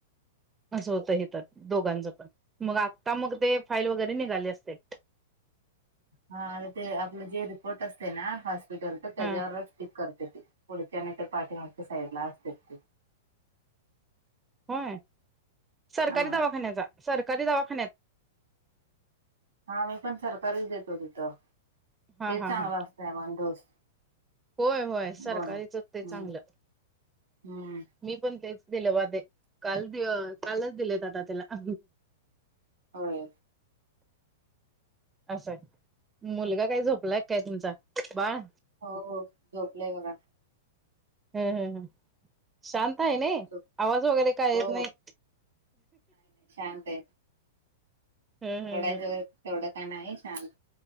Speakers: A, on the right; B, on the right.
A: असं होतं हेे तर दोघांचं पण..... मग आत्ता मग ते फाईल वगैरे निघाले असते...
B: हा आ ते आपलं जे रिपोर्ट असते ना हॉस्पिटल तर त्याच्यावरच
A: हा
B: करते.... डक्यानेतर पाठी मागच्या साईड ला असते ते...
A: होय सरकारी
B: हा
A: दवाखान्याचा सरकारी दवाखान्याचा....
B: हा मी पण सरकारीच देतो तिथं
A: हा
B: तेच
A: हा
B: चांगलं
A: हा
B: असतंय म्हणे डोस....
A: होय होय सरकारीच
B: गरम हम्म
A: असते चांगलं.....
B: हम्म
A: मी पण तेच दिले वादे काल दि कालच दिलेत आता त्याला....
B: होय...
A: असं आहे मुलगा काय झोपलाय काय तुमचा बाळ...
B: हो झोपलंय बघा.....
A: हम् हम् हम.... शांत आहे ना
B: झोप
A: आवाज वगैरे काय
B: हो
A: येत नाही....
B: म्ह ते....
A: ह ह
B: एवढा
A: ह
B: ज तेवढं का नाही छान....